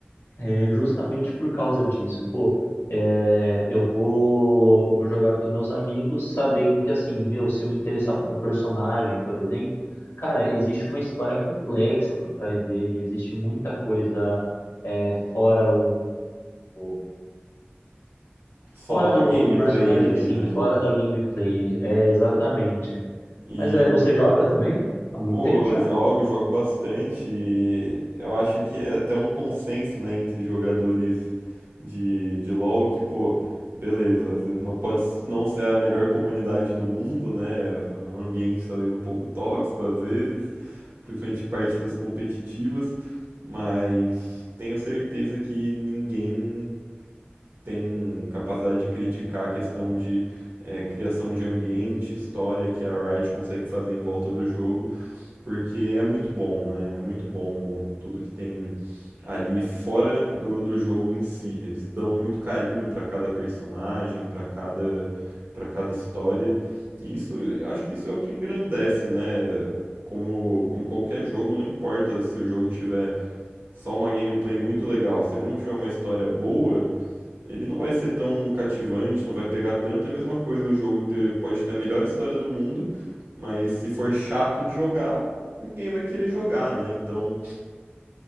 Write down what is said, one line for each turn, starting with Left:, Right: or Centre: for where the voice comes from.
Left: é justamente por causa disso, pô, é, eu vou, vou jogar com os meus amigos sabendo que, assim, meu, se eu me interessar por um personagem, por exemplo, cara, existe uma história complexa por trás dele, existe muita coisa é, fora o, o-
Right: Só
Left: fora do,
Right: a gameplay
Left: do personagem,
Right: ali,
Left: sim,
Right: né?
Left: fora da gameplay, é, exatamente.
Right: E
Left: Mas é, você joga também? Há muito
Right: Pô,
Left: tempo já?
Right: eu jogo, jogo bastante. e Eu acho que é até um consenso, né, entre jogadores de, de LoL que, pô, beleza, às vezes não pode s- não ser a melhor comunidade do mundo, né? Um ambiente talvez um pouco tóxico às vezes, principalmente em partidas competitivas, mas tenho certeza que ninguém tem capacidade de criticar a questão de eh, criação de ambiente, história que a Riot consegue fazer em volta do jogo. Porque é muito bom, né? É muito bom tudo que tem ali fora do, do jogo em si. Eles dão muito carinho para cada personagem, para cada, para cada história. E isso, eu acho que isso é o que engrandece, né? Como, como qualquer jogo, não importa se o jogo tiver só uma gameplay muito legal, se ele não tiver uma história boa, ele não vai ser tão cativante, não vai pegar tanto. É a mesma coisa o jogo ter, pode ter a melhor história do mundo, mas se for chato de jogar, ninguém vai querer jogar, né? Então,